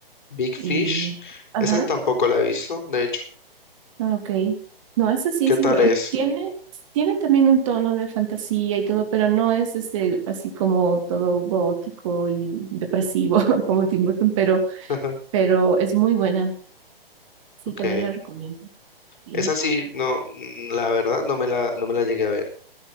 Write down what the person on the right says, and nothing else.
y, ajá.
Ah, Ok. No, ese sí,
sí,
es bueno,
tiene, tiene también un tono de fantasía y todo, pero no es este, así como todo gótico y depresivo <laughs> como Tim Burton, pero,
pero es muy buena. Sí,
también la recomiendo. Sí.